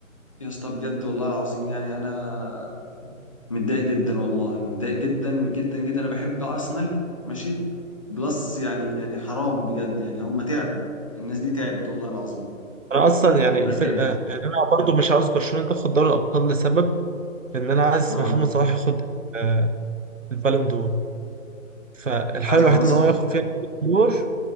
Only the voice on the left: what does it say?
يا اسطى بجد والله العظيم يعني انا متضايق جدا والله متضايق جدا جدا جدا انا بحب ارسنال ماشي بلس يعني يعني حرام بجد يعني هم تعبوا الناس دي تعبت والله العظيم
والله
تعبوا
اه
عايز
محمد صلاح